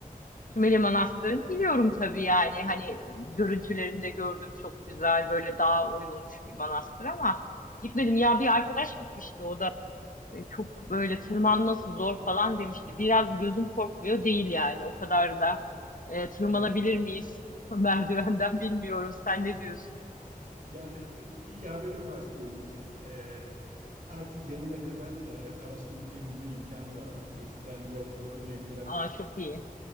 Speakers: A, on the left; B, on the right.
A: Sümele Manastırı'nı biliyorum tabii yani hani görüntülerinde gördüm çok güzel böyle dağa oyulmuş bir manastır ama gitmedim ya bir arkadaş gitmişti o da e, çok böyle tırmanması zor falan demişti. Biraz gözüm korkmuyor değil yani o kadar da e, tırmanabilir
B: Evet.
A: miyiz <laughs> merdivenden bilmiyorum sen ne diyorsun?
B: Yani e, bir iyi haberim var senin için. E, e, artık yanına kadar e, araçla gidebilme imkanı var artık. Eskiden yoktu. Mecburen
A: Aa çok iyi.